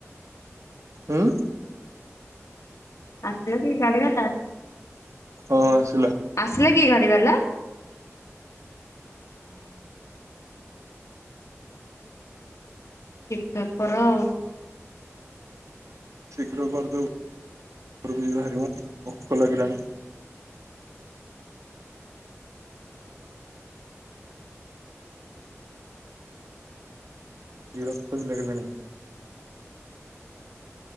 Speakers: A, on the right; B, on the left.
A: ହୁଁ
B: ଆସିଲ କି <inaudible> ବାଲା
A: ହଁ।
B: ଆସିଲ କି ଗ ପିବଲା ଓ ହୋ। ଠିକ ଠାକ କର ଆଉ।
A: ଶୀଘ୍ର କରିଦଉ ଘ ଯହାରିବୁ ଭୋକ ଲାଗିଲାଣି। ବରତ ବି ଲାଗିଲଣି।